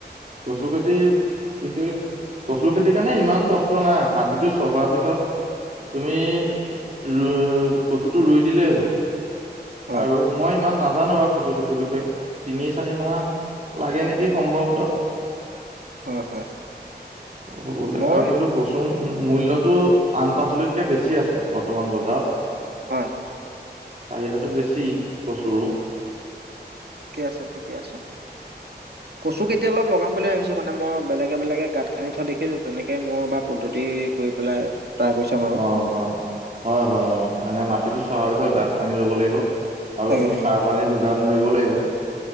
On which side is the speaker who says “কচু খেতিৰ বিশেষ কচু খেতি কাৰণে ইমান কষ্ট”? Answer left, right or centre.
Right